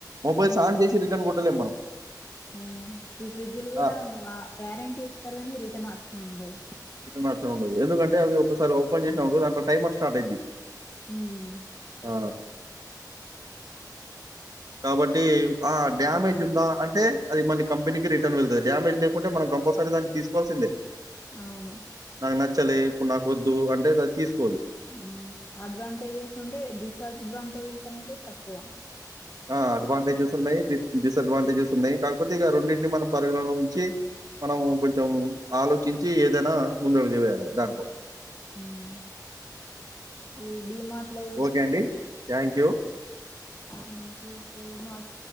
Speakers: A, on the right; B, on the left.
A: మొబైల్స్న్
B: హ్మ్.
A: ఆన్ చేసి రిటర్న్ కొ ట్టలేం మనం
B: ఆ ఈ ఫ్రిడ్జ్లు కూడా
A: ఆ!
B: వా వ్యారెంటీ ఇస్తారు కాని రి టర్న్ ఆప్షన్ ఉండదు
A: రిటర్న్ ఆప్షన్ ఉండదు ఎందుకంటే అవి ఒకసారి ఓపెన్ చేసినప్పుడు దాంట్లో టైమర్ స్టార్ట్ అయిద్ది
B: ఉమ్
A: ఆ కాబట్టి ఆ
B: కొన్ని
A: డ్యామేజ్
B: బెనిఫిట్స్
A: ఉందా అంటే అది మళ్ళీ కంపెనీకి రిటర్న్ వెళ్తుంది డామజ్ లేకుంట మనం కంపల్సరీ తీసుకోవాల్సిందే
B: అవును
A: నాకు నచ్చలే ఇప్పుడు నాకు వద్దు అంటే తీసుకు
B: ఉమ్ అడ్వాంటేజెస్ ఉంటే డిస్ అడ్వాంటేజెస్ ఉన్నటివి తక్కువ
A: ఆ అడ్వాంటేజెస్ ఉన్నాయి డిస్ అడ్వాంటేజెస్ ఉన్నాయి కాకపోతే ఇక రెండింటిని మనం పరిగణలో ఉంచి మనం కొంచెం ఆలోచించి ఏదైనా ముందడుగే వేయాలి దాంట్లో
B: ఉమ్. ఈ డిమార్ట్ లో
A: ఓకే అండి. Thank you.
B: Thank you so much